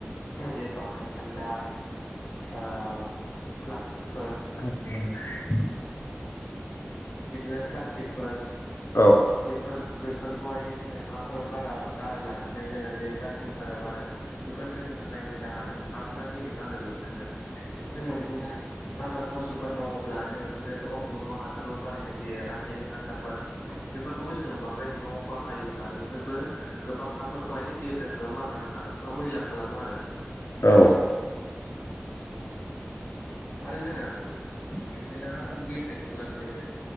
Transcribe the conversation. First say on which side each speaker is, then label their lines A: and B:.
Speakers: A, on the left; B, on the left.
A: जे बाहायखोन्दा ओ प्लास्टिकफोर
B: <inaudible>
A: बिदिनो प्लास्टिकफोर
B: औ
A: बेफोर बेफोरखौहाय जोंङो हाफोराव गारा गारालासिनो जोंङो जे डासबिनफोराव गारो। बेफोर जोंनि थाखाय मोजां आरो हाफोरा गेब्रेेंङा आरो बेफोरजोंनो जोंङो बिदिनो आबाद फसलफोर मावोब्ला जोंङो बिदिनो गोबां बिबांङाव हासारफोर बाहायनाय जायो रासायनिक हासारफोर। बेफोरखौबो जोंङो बांद्राय बिबांङाव बाहायोब्ला बेफोरबो गोबां हाफोरखौहाय गेब्रें खालामो आरो ना नोंथां बा मैला खालामो आरो।
B: औ
A: आरो जोंङो बिदिनो हाफोर गेब्रेंङोब्ला बिदिनो